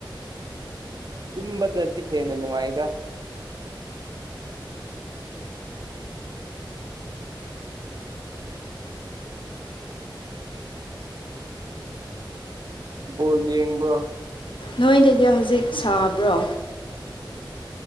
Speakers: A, on the right (about 55°); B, on the left (about 80°).
A: ꯇꯝꯕꯗ ꯆꯤꯁꯦꯅ ꯅꯨꯡꯉꯥꯏꯗ ꯣꯜ ꯌꯦꯕ
B: ꯅꯣꯏꯗꯗꯤ ꯍꯧꯖꯤꯛ ꯁꯥꯕ꯭ꯔꯣ